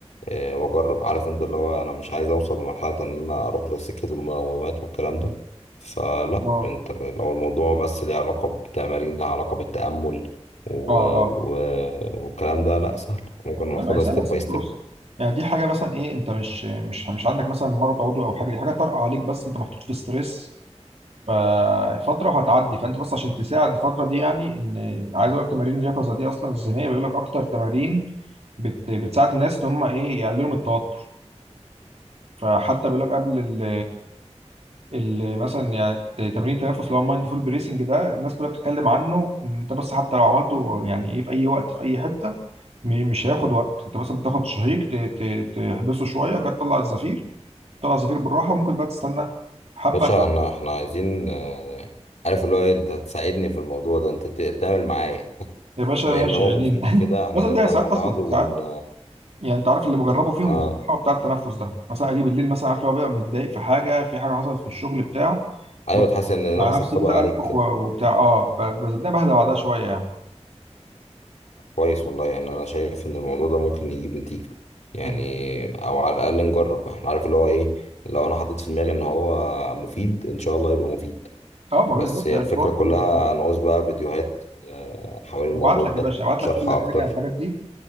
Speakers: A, on the left; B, on the right.
A: أه وأجرب عارف أنت اللي هو أنا مش عايز أوصل لمرحلة إن أنا أروح لسكة المنومات والكلام ده فلأ
B: اه
A: أنت ب- لو الموضوع بس ليه علاقة بتمارين لها علاقة بالتأمل و...
B: اه اه
A: و... والكلام ده لأ سهل ممكن ناخدها
B: لا ما هي سهله
A: ستيب
B: بس
A: باي
B: انت
A: ستيب
B: بص يعني دي حاجه مثلا ايه انت مش مش مش عندك مثلا مرض عضوي او حاجه دي حاجه طارئه عليك بس انت محطوط في ستريس ففترة وهتعدي فانت بس عشان تساعد الفترة دي يعني ان عايز اقول لك تمارين اليقظة دي اصلا الذهنية بيقول لك اكتر تمارين بت... بتساعد الناس ان هم ايه يقللوا من التوتر فحتى بيقول لك قبل ال ال مثلا يعني تمرين التنفس اللي هو مايندفول بريسنج ده الناس كلها بتتكلم عنه ان انت بس حتى لو عملته يعني ايه في اي وقت في اي حته م- مش هياخد وقت انت مثلا بتاخد شهيق ت- ت- تحبسه شويه كده تطلع الزفير تطلع الزفير بالراحه وممكن بقى تستنى حبه
A: باشا احنا احنا عايزين آه، عارف اللي هو إيه، أنت تساعدني في الموضوع ده أنت ت- تعمل معايا
B: يا باشا
A: بما
B: ماشي
A: ان هو
B: يعني
A: مفيد
B: <laughs>
A: كده احنا
B: مثلا
A: نبدأ
B: ده ساعات
A: مع
B: اصلا
A: بعض ون
B: ساعات يعني انت عارف اللي بجربه فيهم
A: اه
B: بصراحه بتاع التنفس ده مثلا اجي بالليل مثلا عارف لو بقى متضايق في حاجه في حاجه حصلت في الشغل بتاع
A: ايوه
B: ب-
A: تحس ان
B: مع
A: نفسك
B: نفسي
A: طبق
B: كده
A: عليك
B: انفخ
A: كده
B: و- وبتاع اه ب- بصدقني بهدى بعدها شويه يعني
A: كويس والله يعني انا شايف ان الموضوع ده ممكن يجيب نتيجة يعني
B: مم.
A: او على الاقل نجرب احنا عارف اللي هو ايه لو انا حطيت في دماغي ان هو مفيد ان شاء الله يبقى مفيد
B: اه ما
A: بس
B: هو بالظبط
A: هي
B: يعني
A: الفكرة
B: الحوار
A: كلها
B: كله بالظبط
A: نعوز بقى فيديوهات آه، حوالين الموضوع
B: هبعت لك
A: ده
B: يا باشا هبعت
A: شرح
B: لك كل
A: اكتر
B: حاجه عن الحاجات دي